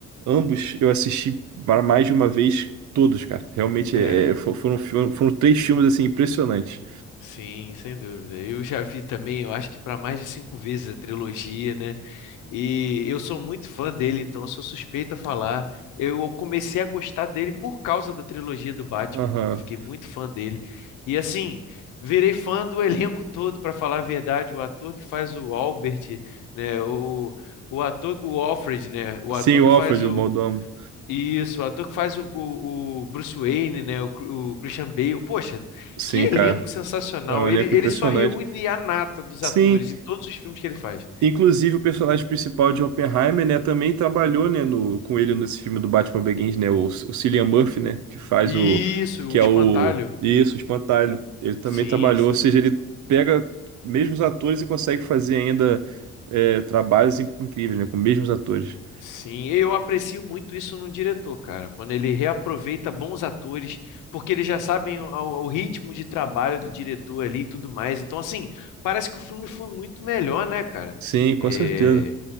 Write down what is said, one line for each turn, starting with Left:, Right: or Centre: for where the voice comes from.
Right: ambos eu assisti para mais de uma vez todos, cara. Realmente
Left: É,
Right: é, é, fo- foram, fi- foram três filmes assim impressionantes.
Left: sim, sem dúvida. Eu já vi também, eu acho que para mais de cinco vezes a trilogia, né? E eu sou muito fã dele, então eu sou suspeito a falar. Eu comecei a gostar dele por causa da trilogia do Batman.
Right: Aham.
Left: Eu fiquei muito fã dele. E assim, virei fã do <laughs> elenco todo, para falar a verdade. O ator que faz o Albert, né? O, o ator, o Alfred, né? O
Right: Sim,
Left: ator
Right: o
Left: que
Right: Alfred,
Left: faz o.
Right: o Mordomo.
Left: Isso, o ator que faz o, o- o Bruce Wayne, né? O, Cru- o Christian Bale. Poxa,
Right: Sim,
Left: que elenco
Right: cara.
Left: sensacional!
Right: É um elenco
Left: Ele, ele
Right: impressionante.
Left: só reúne a nata dos
Right: Sim.
Left: atores em todos os filmes que ele faz.
Right: Inclusive, o personagem principal de Oppenheimer, né, também trabalhou, né, no, com ele nesse filme do Batman Begins, né, o, o Cillian Murphy, né, que faz
Left: Isso,
Right: o, que
Left: o
Right: é
Left: espantalho.
Right: o, isso, o Espantalho. Ele também
Left: Sim,
Right: trabalhou,
Left: sim.
Right: ou seja, ele pega mesmos atores e consegue fazer ainda é, trabalhos in- incríveis, né, com mesmos atores.
Left: Sim, eu aprecio muito isso num diretor, cara, quando ele reaproveita bons atores, porque eles já sabem o, o- o ritmo de trabalho do diretor ali e tudo mais. Então, assim, parece que o filme foi muito melhor, né, cara?
Right: Sim, com
Left: É,
Right: certeza.